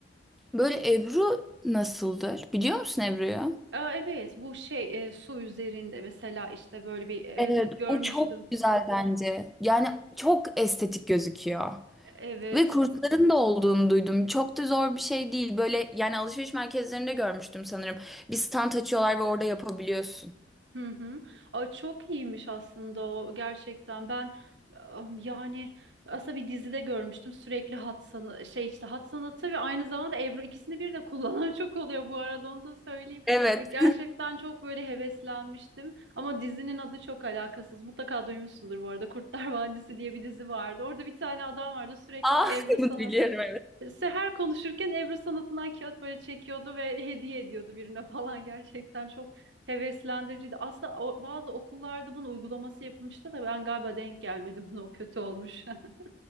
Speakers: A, in the centre; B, on the right.
A: Böyle Ebru nasıldır? Biliyor musun Ebru'yu?
B: Aa, evet, bu şey e, su üzerinde mesela işte böyle bir evet
A: Evet,
B: evet görmüştüm.
A: o çok güzel bence. Yani çok estetik gözüküyor.
B: Evet,
A: Ve kursların da olduğunu duydum. Çok da zor bir şey değil. Böyle yani alışveriş merkezlerinde görmüştüm sanırım. Bir stand açıyorlar ve orada yapabiliyorsun.
B: Hı hı. Ay çok iyiymiş aslında o gerçekten. Ben am, yani aslında bir dizide görmüştüm sürekli hat sanatı şey işte hat sanatı ve aynı zamanda Ebru ikisini bir de kullanan <laughs> çok oluyor bu arada onu da söyleyeyim.
A: Evet.
B: Ve Gerçekten çok böyle heveslenmiştim ama dizinin adı çok alakasız. Mutlaka duymuşsundur bu arada Kurtlar Vadisi diye bir dizi vardı. Orada bir tane adam vardı sürekli
A: <laughs> Aa,
B: bu Ebru
A: bunu
B: sanatın
A: biliyorum evet.
B: İşte her konuşurken Ebru sanatından kağıt böyle çekiyordu ve hediye ediyordu birine falan gerçekten çok Heveslendiriciydi. Aslında o- bazı okullarda bunun uygulaması yapılmıştı da ben galiba denk gelmedim <laughs> buna. O kötü olmuş. <laughs>